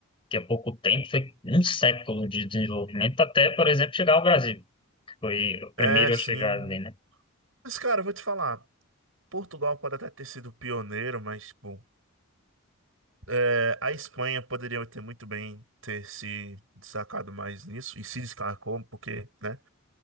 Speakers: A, on the left (about 25°); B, on the right (about 65°).
A: que é pouco tempo, foi um século de desenvolvimento até, por exemplo, chegar ao Brasil, que foi o primeiro
B: É, sim.
A: a chegar ali, né?
B: Mas, cara, eu vou te falar. Portugal pode até ter sido pioneiro, mas, tipo, É, a Espanha poderia ter muito bem ter se destacado mais nisso e se destacou porque, né,